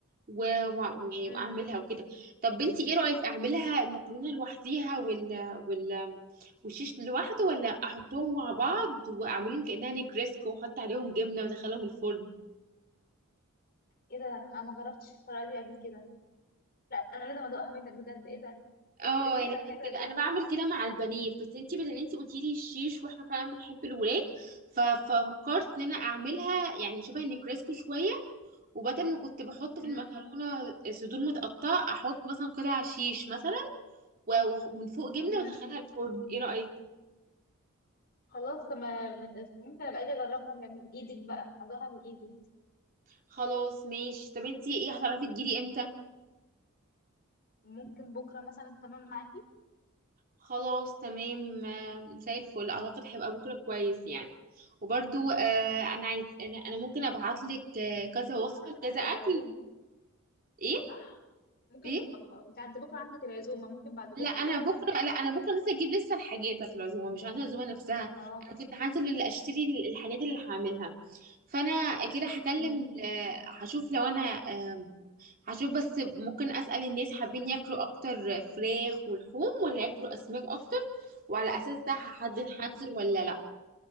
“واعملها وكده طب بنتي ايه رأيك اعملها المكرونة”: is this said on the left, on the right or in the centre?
Right